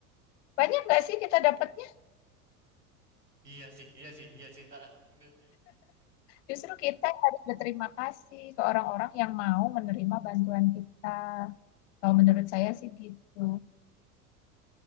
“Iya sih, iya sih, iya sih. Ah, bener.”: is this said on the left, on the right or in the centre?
Right